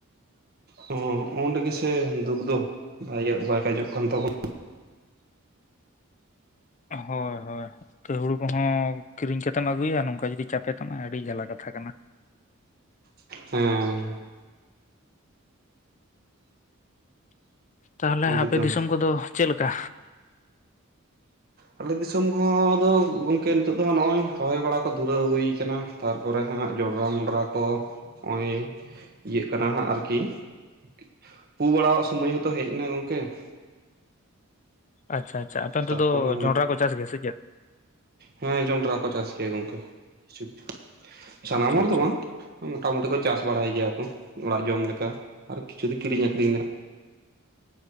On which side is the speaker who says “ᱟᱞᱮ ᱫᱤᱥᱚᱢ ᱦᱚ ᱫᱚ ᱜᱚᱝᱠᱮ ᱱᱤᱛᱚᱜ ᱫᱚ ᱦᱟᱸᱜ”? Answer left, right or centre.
Right